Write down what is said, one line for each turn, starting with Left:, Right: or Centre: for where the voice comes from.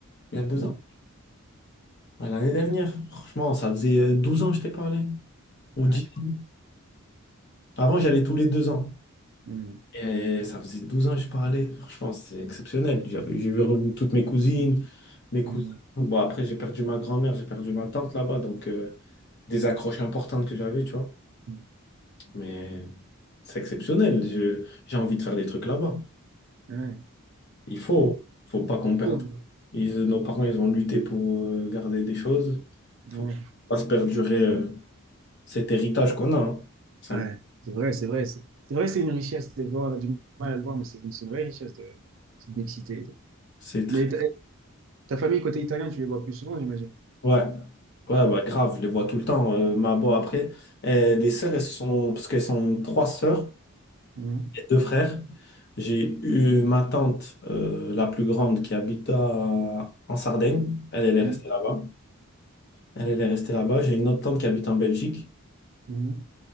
Left: Il y a deux
Right: mm.
Left: ans? Ouais, l'année dernière. Franchement, ça faisait euh, 12 ans que je t'ai parlé. Ou
Right: Ah,
Left: 10
Right: putain.
Left: ans. Avant, j'allais tous les deux ans.
Right: Mm,
Left: Et ça faisait 12 ans que je parlais. Franchement, c'est exceptionnel. J'avais, j'ai vu revenir toutes mes cousines, mes cousins.
Right: mm,
Left: Bon, après, j'ai perdu ma grand-mère, j'ai perdu ma tante là-bas. Donc, euh, des accroches importantes que j'avais, tu vois.
Right: mm.
Left: Mais c'est exceptionnel. Je- j'ai envie de faire des trucs là-bas.
Right: mm. Ah, Ouais,
Left: Il faut,
Right: c'est bien.
Left: faut pas qu'on perde.
Right: Oh,
Left: Ils- nos parents, ils ont lutté pour euh, garder des choses. Faut
Right: ouais.
Left: pas se perdurer euh, cet héritage qu'on a. hein. C'est
Right: Ouais,
Left: un-
Right: c'est vrai, c'est vrai. C'est c'est vrai que c'est une richesse de voir, on a du mal à le voir, mais c'est une, c'est une vraie richesse de, c'est de m'exciter. et tout.
Left: c'est très.
Right: Mais ta, ta famille côté italien, tu les vois plus souvent, j'imagine.
Left: Ouais, ouais, bah, grave, je les vois tout le temps. Euh, ma bo après, euh, les sœurs, elles sont, parce qu'elles sont trois sœurs
Right: Mhm,
Left: et deux frères. J'ai eu ma tante, euh, la plus grande, qui habite à- en Sardaigne. Elle, elle est
Right: mhm,
Left: restée là-bas. Elle, elle est restée là-bas. J'ai une autre tante qui habite en Belgique.
Right: mhm.